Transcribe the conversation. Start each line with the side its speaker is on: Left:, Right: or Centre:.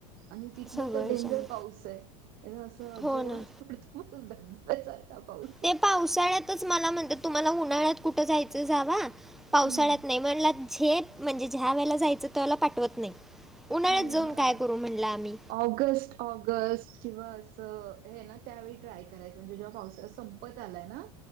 Right: आणि. इथ
Centre: सगळं
Right: तर डेंजर
Centre: जाम
Right: पाऊस आहे असं
Centre: हो
Right: जोरात
Centre: ना
Right: पडतो पाऊस धध्या सारखा पाऊस. आहे.
Centre: ते पावसाळ्यातच मला म्हणतात तुम्हाला उन्हाळ्यात कुठं जायचं जाव. पावसाळ्यात
Right: हम्म.
Centre: नाही म्हणला झे म्हणजे ज्या वेळेला जायचं त्याला पाठवत नाही. उन्हाळ्यात
Right: नाही
Centre: जाऊन
Right: मग
Centre: काय करू म्हणलं आम्ही
Right: ऑगस्ट ऑगस्ट किंवा अस ना. त्यावेळी ट्राय करायच म्हणजे जे्हा पावसा संपत आलाय ना.